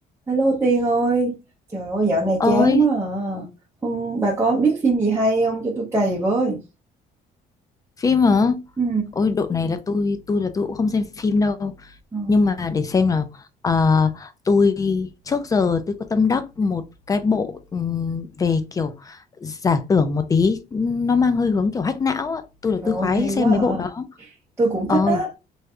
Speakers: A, on the right; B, on the left.
A: Hello Tiên ơi, trời ơi dạo này
B: ơi
A: chán quá à. Không, bà có biết phim gì hay không cho tôi cày với.
B: phim hả
A: Ừ.
B: ôi độ này là tôi tôi là tôi cũng không xem phim đâu
A: Ờ,
B: nhưng mà để xem nào Ờ, tôi trước giờ tôi có tâm đắc một cái bộ ừm, về kiểu giả tưởng một tí nó mang hơi hướng kiểu hack não á. tôi là
A: trời
B: tôi
A: ơi
B: khoái
A: hay
B: xem
A: quá
B: mấy
A: à.
B: bộ đó
A: Tôi cũng
B: ờ
A: thích á.